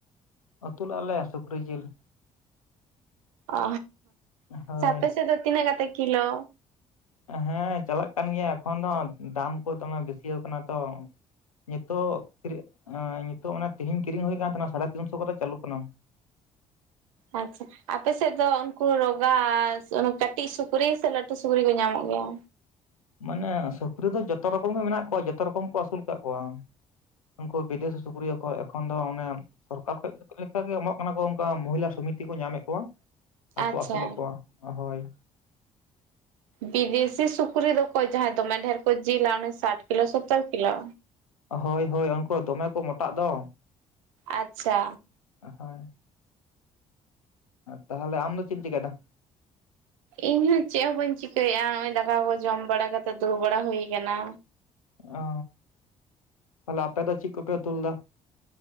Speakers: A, on the left; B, on the right.
A: ᱟᱛᱩ ᱞᱮᱜᱼᱟ ᱞᱮ ᱥᱩᱠᱨᱤ ᱡᱤᱞ᱾
B: ᱚ
A: ᱦᱳᱭ
B: ᱥᱮ ᱟᱯᱮ ᱥᱮᱫ ᱫᱚ ᱛᱤᱱᱟᱹᱜ ᱠᱟᱛᱮ ᱠᱤᱞᱚ?
A: ᱦᱮᱸ ᱪᱟᱞᱟᱜ ᱠᱟᱱ ᱜᱮᱭᱟ ᱮᱠᱷᱚᱱ ᱫᱚ ᱫᱟᱢ ᱠᱚ ᱫᱚᱢᱮ ᱵᱮᱥᱤᱭᱟ ᱠᱟᱱᱟ ᱛᱚ᱾ ᱱᱤᱛᱚᱜ <unintelligible> ᱦᱮᱸ ᱱᱤᱛᱚᱜ ᱚᱱᱟ ᱛᱮᱦᱤᱧ ᱠᱤᱨᱤᱧ ᱦᱩᱭ ᱠᱟᱱ ᱛᱟᱦᱮᱱᱟ ᱥᱟᱲᱦᱮ ᱛᱤᱱᱥᱚ ᱠᱷᱚᱡ ᱫᱚ ᱪᱟᱹᱞᱩᱜ ᱠᱟᱱᱟ᱾
B: ᱟᱪᱷᱟ ᱟᱯᱮᱥᱮᱫ ᱫᱚ ᱩᱱᱠᱩ ᱨᱚᱜᱟ ᱚᱱᱟ ᱠᱟᱹᱴᱤᱡ ᱥᱩᱠᱨᱤ ᱥᱮ ᱞᱟᱹᱴᱩ ᱥᱩᱠᱨᱤ ᱠᱚ ᱧᱟᱢᱚᱜ ᱜᱮᱭᱟ
A: ᱢᱟᱱᱮ ᱥᱩᱠᱨᱤ ᱫᱚ ᱡᱚᱛᱚ ᱨᱚᱠᱚᱢ ᱜᱮ ᱢᱮᱱᱟᱜ ᱠᱚᱣᱟ ᱡᱚᱛᱚ ᱨᱚᱠᱚᱢ ᱠᱚ ᱟᱹᱥᱩᱞ ᱟᱠᱟᱫ ᱠᱚᱣᱟ᱾ ᱩᱱᱠᱩ ᱵᱤᱫᱮᱥᱤ ᱥᱩᱠᱨᱤ ᱦᱚᱸᱠᱚ ᱮᱠᱷᱚᱱ ᱫᱚ ᱚᱱᱮ ᱥᱚᱨᱠᱟᱨ ᱠᱷᱚᱡ ᱞᱮᱠᱟᱜᱮ ᱮᱢᱚᱜ ᱠᱟᱱᱟ ᱠᱚ ᱚᱱᱠᱟ ᱢᱚᱦᱤᱞᱟ ᱥᱚᱢᱤᱛᱤ ᱠᱚ ᱧᱟᱢᱮᱫ ᱠᱚᱣᱟ᱾ ᱟᱨ ᱠᱚ
B: ᱟᱪᱪᱷᱟ
A: ᱟᱹᱥᱩᱞᱮᱫ ᱠᱚᱣᱟ ᱦᱚᱭ᱾
B: ᱵᱤᱫᱮᱥᱤ ᱥᱩᱠᱨᱤ ᱫᱚᱠᱚ ᱡᱟᱦᱟᱸᱭ ᱫᱚᱢᱮ ᱰᱷᱮᱨ ᱠᱚ ᱡᱤᱞᱟ ᱩᱱᱤ ᱥᱟᱴ ᱠᱤᱞᱚ ᱥᱚᱛᱟᱨ ᱠᱤᱞᱚ
A: ᱦᱚᱭ ᱦᱚᱭ ᱩᱱᱠᱩ ᱫᱚᱢᱮ ᱠᱚ ᱢᱚᱴᱟᱜ ᱫᱚ᱾
B: ᱟᱪᱷᱟ
A: ᱟᱦᱟᱭ ᱛᱟᱦᱞᱮ ᱟᱢ ᱫᱚ ᱪᱮᱢ ᱪᱤᱠᱟᱭᱫᱟ?
B: ᱤᱧ ᱦᱚᱸ ᱪᱮᱫ ᱦᱚᱸ ᱵᱟᱹᱧ ᱪᱤᱠᱟᱭᱮᱫᱼᱟ ᱱᱚᱜ ᱚᱭ ᱫᱟᱠᱟ ᱠᱚ ᱡᱚᱢ ᱵᱟᱲᱟ ᱠᱟᱛᱮᱜ ᱫᱩᱲᱩᱵ ᱵᱟᱲᱟ ᱦᱩᱭᱩ ᱟᱠᱟᱱᱟ᱾
A: ᱚ ᱛᱷᱟᱞᱮ ᱟᱯᱮ ᱫᱚ ᱪᱮᱫ ᱠᱚ ᱯᱮ ᱩᱛᱩᱞᱮᱫᱟ?